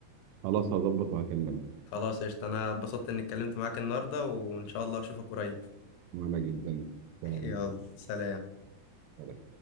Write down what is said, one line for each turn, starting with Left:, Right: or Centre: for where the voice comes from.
Right: خلاص هظبط وهكلمك
Left: خلاص قشطة انا اتبسطت اني اتكلمت معاك النهاردة وان شاء الله اشوفك قريب
Right: وانا جدا سلام
Left: <laughs> يلا سلام
Right: سلام.